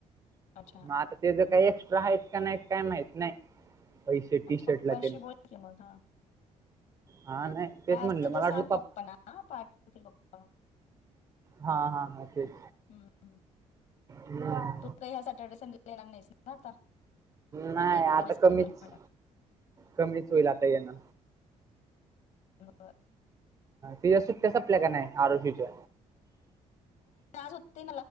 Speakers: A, on the left; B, on the right.
A: अच्छा
B: मग आता तेच
A: हम्म.
B: काही एक्स्ट्रा आहेत का नाही काही माहित नाही. पैसे
A: अच्छा
B: टी शर्टला
A: पप्पांशी
B: तेन
A: बोल की मग हा
B: हा नाही. तेच
A: काय
B: म्हणलं
A: असल
B: मला
A: तर
B: वाटलं
A: सांग पप्पा ना. पाठवतील पप्पां मं.
B: हा हा हा तेच
A: हम्म. हम्म.
B: हम्.
A: तू काही ह्या सॅटर्डे संडेला येणार नाहीस ना आता?
B: नाही
A: एकदम
B: आता
A: संडेला.
B: कमीच कमीच होईल आता यना
A: ह.
B: तिच्या सुट्ट्या संपल्या का नाही? आरोहीच्या.
A: होते